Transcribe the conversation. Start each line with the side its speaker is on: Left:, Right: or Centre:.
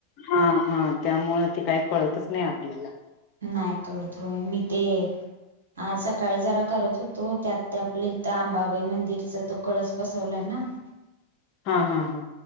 Left: हा हा त्यामुं ते काही कळतच नाही आपल्याला
Right: नाही करळतोय मी ते आज सकाळी जरा करत होतो त्यात ते आपलं इथं आंबाबाई मंदिरचा तो कळस बसवलाय ना <inaudible>
Left: हा हा हा